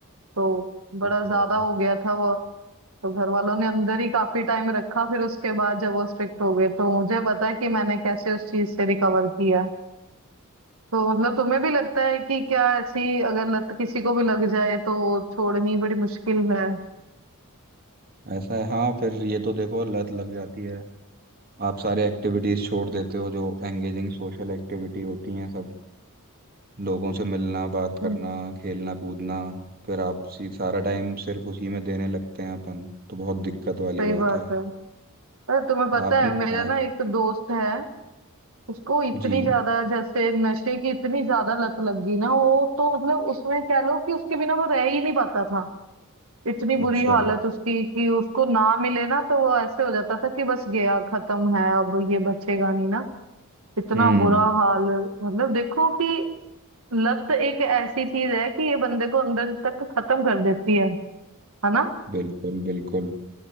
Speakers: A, on the right; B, on the right.
A: तो बड़ा
B: तो
A: ज्यादा हो गया था वो तो घर वालों ने अंदर ही काफी टाइम रखा फिर उसके बाद जब वो स्ट्रिक्ट हो गए तो मुझे पता है कि मैंने कैसे उस चीज से रिकवर किया तो मतलब तुम्हें भी लगता है कि क्या ऐसी अगर लत किसी को भी लग जाए तो छोड़नी बड़ी मुश्किल है
B: ऐसा है हाँ फिर ये तो देखो लत लग जाती है आप सारे एक्टिविटीज छोड़ देते हो जो एंगेजिंग सोशल एक्टिविटी होती हैं सब लोगों से मिलना बात करना
A: हम्म,
B: खेलना कूदना फिर आप सी सारा टाइम सिर्फ उसी में देने लगते हैं अपन तो बहुत दिक्कत वाली
A: सही
B: बात
A: बात
B: है
A: है अरे तुम्हें पता
B: आप,
A: है मेरा
B: आप
A: ना एक दोस्त है उसको इतनी
B: जी
A: ज्यादा जैसे नशे की इतनी ज्यादा लत लग गई ना वो तो मतलब उसमें कह लो कि उसके बिना वो रह ही नहीं पाता था इतनी बुरी
B: अच्छा
A: हालत उसकी कि उसको ना मिले ना तो वो ऐसे हो जाता था कि बस गया खत्म है अब ये बचेगा नहीं ना इतना
B: हम्म
A: बुरा हाल मतलब देखो कि लत एक ऐसी चीज है कि ये बंदे को अंदर तक खत्म कर देती है है ना
B: बिल्कुल बिल्कुल